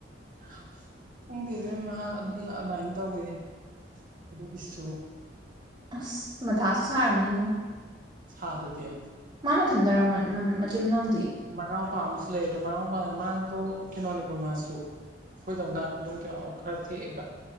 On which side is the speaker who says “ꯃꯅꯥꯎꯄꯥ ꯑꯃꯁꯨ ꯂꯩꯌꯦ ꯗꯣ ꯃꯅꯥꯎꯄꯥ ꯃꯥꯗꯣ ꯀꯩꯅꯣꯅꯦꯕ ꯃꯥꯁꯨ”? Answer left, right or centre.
Right